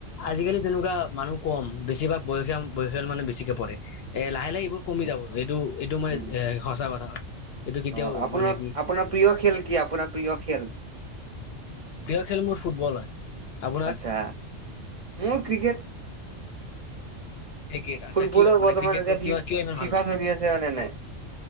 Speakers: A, on the left; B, on the right.
A: আজিকালি তেনেকুৱা মানুহ কম বেছিভাগ বয়সিয়াম বয়সিয়াল মানুহ বেছিকে পঢ়ে এ লাহে লাহে এইবোৰ কমি যাব এইটো এইটো মই
B: উম
A: এ সঁচা কথা হয় এইটো কেতিয়াও
B: অ আপোনাৰ
A: মানে কি
B: আপোনাৰ প্ৰিয় খেল কি আপোনাৰ প্ৰিয় খেল
A: প্ৰিয় খেল মোৰ ফুটবল হয়। আপোনাৰ
B: আচ্ছা, মোৰ ক্ৰিকেট
A: ক্ৰিকেট আচ্ছা
B: ফুটবলৰ
A: কিয় মানে
B: বৰ্তমান
A: ক্ৰিকেটটো
B: এতিয়া
A: কিয় কিয় ইমান
B: ফিফা
A: ভাল লাগে
B: চলি আছে হয় নে নাই।